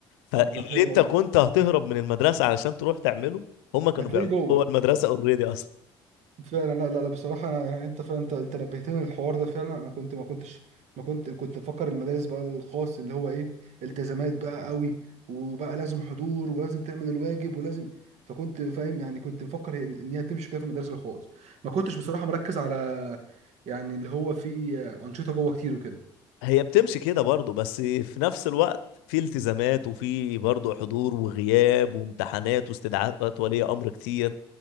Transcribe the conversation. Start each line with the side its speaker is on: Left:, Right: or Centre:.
Left: فاللي
Right: طب ده حلو
Left: انت
Right: أوي
Left: كنت
Right: ده
Left: هتهرب من المدرسه علشان تروح تعمله هم كانوا
Right: هتلاقيه
Left: بيعملوا
Right: جوه
Left: جوه المدرسه اوريدي اصلا
Right: فعلا لا لا لا بصراحة أنا يعني أنت فعلا أنت أنت نبهتني للحوار ده فعلا أنا كنت ما كنتش ما كنت كنت مفكر المدارس بقى الخاص اللي هو إيه التزامات بقى قوي وبقى لازم حضور ولازم تعمل الواجب ولازم فكنت فاهم يعني كنت مفكر إن إن هي تمشي كده في المدارس الخاص ما كنتش بصراحة مركز على يعني اللي هو فيه أنشطة جوه كتير وكده
Left: هي بتمشي كده برضه بس في نفس الوقت في التزامات وفي برضه حضور وغياب وامتحانات واستدعاءات ولي امر كتير